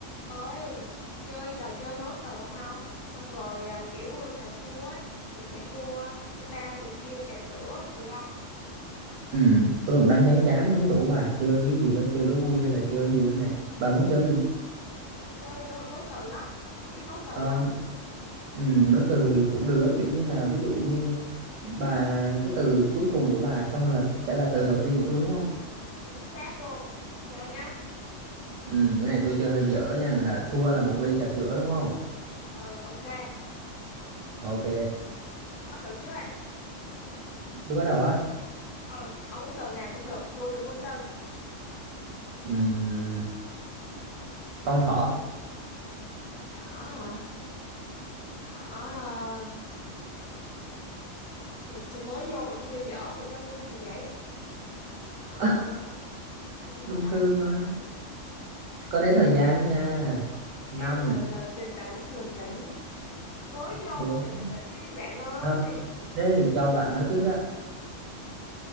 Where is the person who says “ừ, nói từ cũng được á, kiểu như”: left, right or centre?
Right